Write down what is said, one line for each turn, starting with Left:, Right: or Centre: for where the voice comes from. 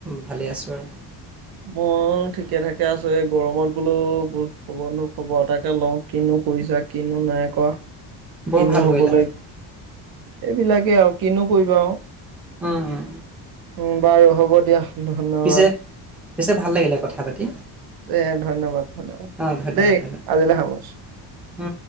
Centre: ভালে আছো আৰু
Right: মই ঠিকে থাকে আছো এই গৰমত বোলো খবৰ নো খবৰ এটাকে লওঁ কিনো কৰিছা কিনো নাই কোৱা
Centre: বৰ
Right: কিনো
Centre: ভাল
Right: হবলৈ
Centre: কৰিলা।
Right: এইবিলাকে আৰু কিনো কৰিবা আৰু
Centre: উম অ',
Right: উম বাৰু হ'ব দিয়া ধন্যবাদ।
Centre: পিছে, পিছে ভাল লাগিলে কথা পাতি।
Right: দে ধন্যবাদ ধন্যবাদ
Centre: অ', ধন্যবাদ,
Right: দেই
Centre: ধন্যবাদ,
Right: আজিলে সামৰিছোঁ।
Centre: উম